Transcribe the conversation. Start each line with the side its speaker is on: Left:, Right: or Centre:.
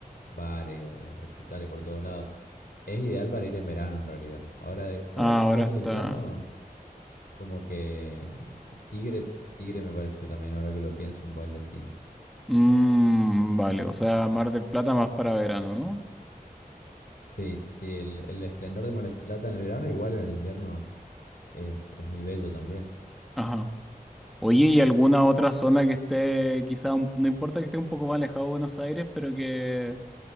Left: bares, recitales por todos lados. Es ideal para ir en verano en realidad. Ahora, ahora
Centre: Ah,
Left: que
Centre: ahora
Left: estoy en
Centre: está.
Left: el invierno, como que Tigre, Tigre me parece también, ahora que lo pienso, un buen destino.
Centre: Mm, vale, o sea, Mar del Plata más para verano, ¿no?
Left: Sí, sí, sí, el, el esplendor de Mar del Plata en el verano, igual en el invierno es, es muy bello también.
Centre: Ajá. Oye, ¿y alguna otra zona que esté, quizá, un- no importa que esté un poco más alejado de Buenos Aires, pero que,